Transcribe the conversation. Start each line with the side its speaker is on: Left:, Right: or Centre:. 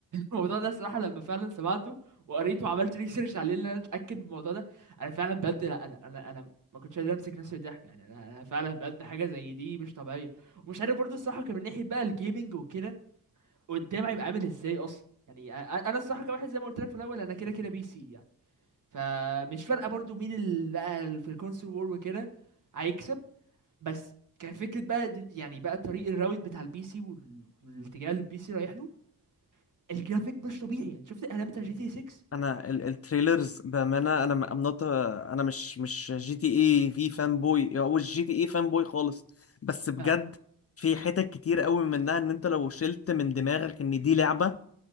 Right: الموضوع ده الصراحة لما فعلا سمعته وقريته وعملت ريسيرش عليه إن أنا أتأكد من الموضوع ده أنا فعلا بجد لا أنا أنا أنا ما كنتش قادر أمسك نفسي من الضحك يعني أنا أنا فعلا بجد حاجة زي دي مش طبيعية ومش عارف برضه الصراحة كان من ناحية بقى الجيمنج وكده قدام هيبقى عامل إزاي أصلا يعني أ- أ- أنا الصراحة كواحد زي ما قلت لك في الأول أنا كده كده بي سي يعني فمش فارقة برضه مين اللي بقى في الكونسول وور وكده هيكسب بس كفكرة بقى د- يعني بقى طريق الراوت بتاع البي سي وال- والاتجاه اللي البي سي رايح له الجرافيك مش طبيعي يعني شفت الاعلان بتاع جي تي 6
Left: انا ال- التريلرز بامانه انا م- I'm not a- انا مش مش جي تي اي في فان بوي او مش جي تي اي فان بوي خالص بس بجد
Right: اه
Left: في حتت كتير قوي منها ان انت لو شلت من دماغك ان دي لعبه